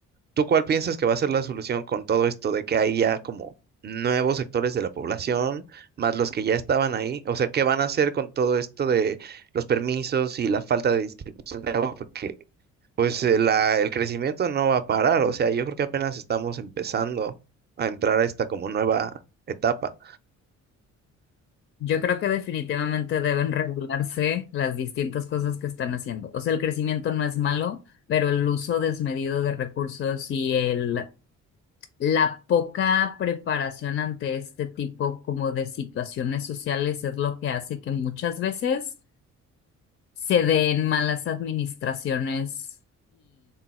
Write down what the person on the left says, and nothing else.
Yo creo que definitivamente deben regularse las distintas cosas que están haciendo. O sea, el crecimiento no es malo, pero el uso desmedido de recursos y el, la poca preparación ante este tipo como de situaciones sociales es lo que hace que muchas veces se den malas administraciones